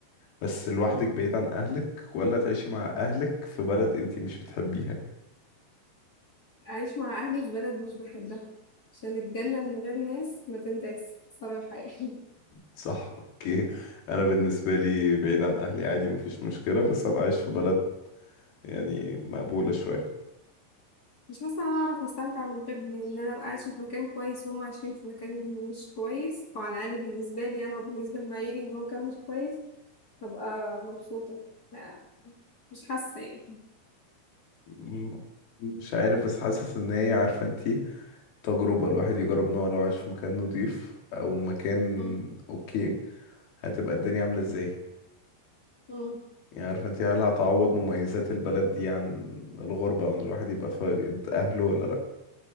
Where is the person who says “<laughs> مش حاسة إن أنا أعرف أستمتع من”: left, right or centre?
Left